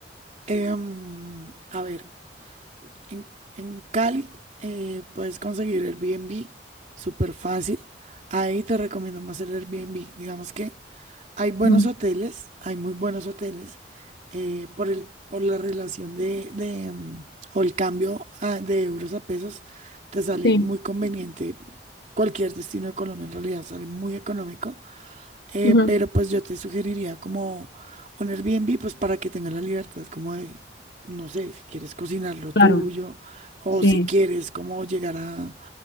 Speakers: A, on the right; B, on the left.
A: Em, a ver. En, en Cali eh, puedes conseguir Airbnb súper fácil. Ahí te recomiendo más el Airbnb. Digamos que hay buenos
B: Ujú.
A: hoteles, hay muy buenos hoteles eh, por el, por la relación de, de, mm, o el cambio ah, de euros a pesos. Te sale
B: Sí.
A: muy conveniente. Cualquier destino de Colombia en realidad sale muy económico. Eh,
B: Ujú.
A: pero pues yo te sugeriría como un Airbnb, pues para que tengas la libertad, como de, no sé, si quieres cocinar lo
B: Claro.
A: tuyo o
B: Sí.
A: si quieres como llegar a,